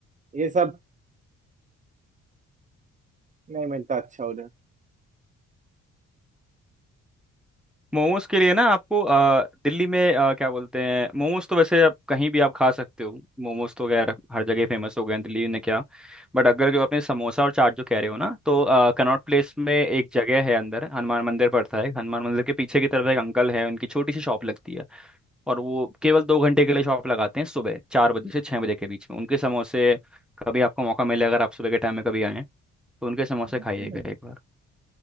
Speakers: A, on the right; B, in the centre.
A: ये सब नहीं मिलता अच्छा उधर
B: मोमोज के लिए ना आपको अ, दिल्ली में अ, क्या बोलते हैं मोमोज तो वैसे आप कहीं भी आप खा सकते हो मोमोज तो खैर हर जगह फेमस हो गए हैं दिल्ली ने क्या बट अगर जो आपने समोसा और चाट जो कह रहे हो ना तो अ, कनॉट प्लेस में एक जगह है अंदर हनुमान मंदिर पड़ता है हनुमान मंदिर के पीछे की तरफ एक अंकल है उनकी छोटी सी शॉप लगती है और वो केवल दो घंटे के लिए शॉप लगाते हैं सुबह चार बजे से छः बजे के बीच में उनके समोसे कभी आपको मौका मिले अगर आप सुबह के टाइम में कभी आएँ तो उनके समोसे
A: हम्म
B: खाइएगा एक बार